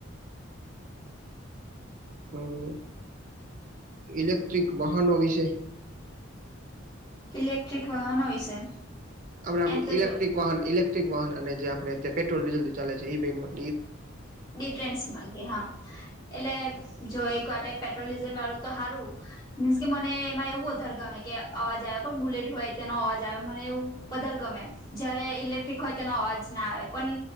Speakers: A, on the right; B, on the left.
A: હમ્મ ઇલેક્ટ્રિક વાહનો વિશે
B: ઇલેક્ટ્રિક વાહનો વિશે
A: આપડે આપણું
B: એમ તો
A: ઇલેક્ટ્રિક
B: જો
A: વાહન ઇલેક્ટ્રિક વાહન અને જે આપડે પેટ્રોલ ડીઝલ થી ચાલે છે એ બેમાં
B: ડિફરન્સ માલકે હા એટલે જો એક વાર પેટ્રોલ ડીઝલ વાળું તો હારું મીન્સ કે મને એમાં એવું વધારે ગમે કે અવાજ આવે કોણ બુલેટ હોય તેનો અવાજ આવે મને એવું વધારે ગમે જયારે ઇલેક્ટ્રિક હોય તેનો અવાજ ના આવે પણ